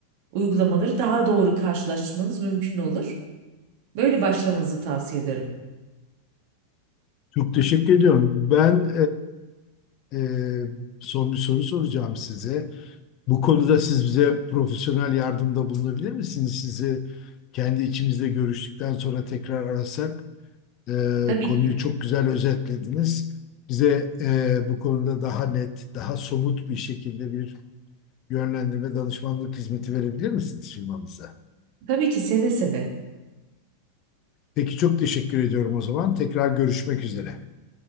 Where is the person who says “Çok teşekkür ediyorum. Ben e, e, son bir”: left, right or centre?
Left